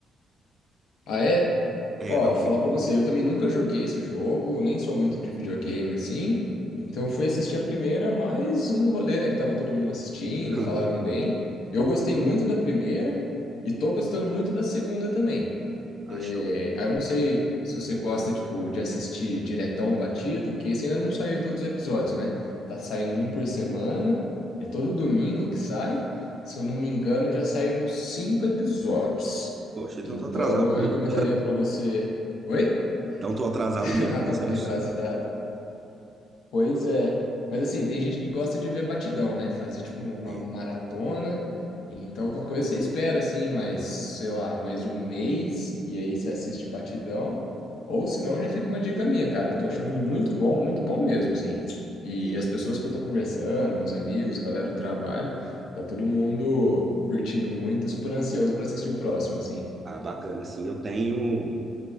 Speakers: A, on the left; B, on the right.
A: Ah, é?
B: É,
A: Ó,
B: não
A: falar
B: peguei.
A: pra você, eu também nunca joguei esse jogo, nem sou muito de videogame assim, então fui assistir a primeira, mas no rolê, né, que tava todo mundo assistindo,
B: <laughs>
A: falaram bem. Eu gostei muito da primeira e tô gostando muito da segunda também.
B: Achou.
A: É, aí eu não sei se você gosta, tipo, de assistir diretão batido, que esse ainda não saiu todos os episódios, né? Tá saindo um por semana, é todo domingo que sai. Se eu não me engano, já saíram cinco episódios.
B: Poxa, então
A: Então,
B: tô atrasado
A: eu
B: mesmo.
A: recomendaria para você. Oi? <laughs>
B: Então tô atrasado mesmo,
A: Ah,
B: iniciaram
A: tá um pouquinho
B: cinco.
A: atrasado. Pois é. Mas assim, tem gente que gosta de ver batidão, né? Fazer tipo uma
B: É,
A: maratona. Então, qualquer coisa você espera, assim, mais, sei lá, mais um mês. E aí você assiste batidão. Ou senão já fica uma dica minha, cara. Eu tô achando muito bom, muito bom mesmo, assim. E
B: é,
A: as
B: eu
A: pessoas
B: tenho-
A: que eu tô conversando, meus amigos, a galera do trabalho, tá todo mundo curtindo muito e super ansioso para assistir o próximo, assim.
B: Ah, bacana, assim, eu tenho,